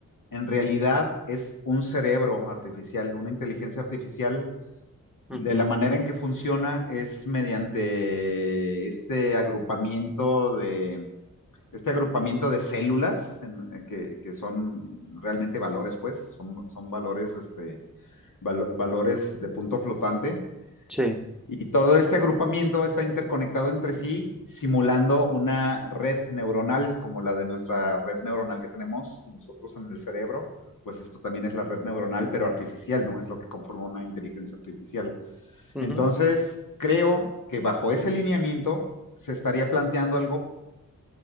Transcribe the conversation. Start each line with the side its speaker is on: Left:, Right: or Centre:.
Left: en realidad es un cerebro artificial. Una inteligencia artificial, de
Centre: Ujú,
Left: la manera en que funciona, es mediante este agrupamiento de, este agrupamiento de células en- eh, que, que son realmente valores, pues, son, son valores, este, valo- valores de punto flotante
Centre: sí.
Left: y todo este agrupamiento está interconectado entre sí, simulando una red neuronal como la de nuestra red neuronal que tenemos nosotros en el cerebro. Pues esto también es la red neuronal, pero artificial, ¿no? Es lo que conforma una inteligencia artificial.
Centre: ujú,
Left: Entonces, creo que bajo ese lineamiento se estaría planteando algo